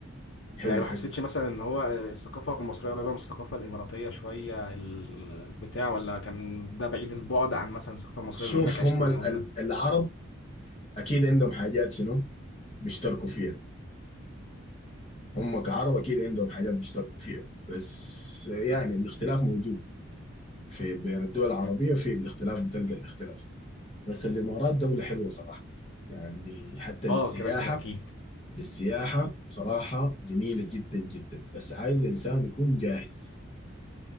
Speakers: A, on the left; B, on the left.
A: حلو
B: يعني ما
A: حلو
B: حسيتش مثلا ان هو آه، الثقافه المصريه قريبه من الثقافه الاماراتيه شويه البتاع ولا كان ده بعيد البعد عن مثلا الثقافه المصريه
A: شوف
B: بما انك عشت
A: هم
B: هنا
A: ال-
B: وهنا
A: ال- العرب اكيد عندهم حاجات شنو بيشتركوا فيها هم كعرب اكيد عندهم حاجات بيشتركوا فيها بس يعني الاختلاف موجود في بين الدول العربية
B: مم.
A: في الاختلاف بتلقى الاختلاف بس الإمارات دولة حلوة صراحة يعني حتى للسياحة
B: اه كده كده اكيد
A: للسياحة بصراحة جميلة جدا جدا بس عايز إنسان يكون جاهز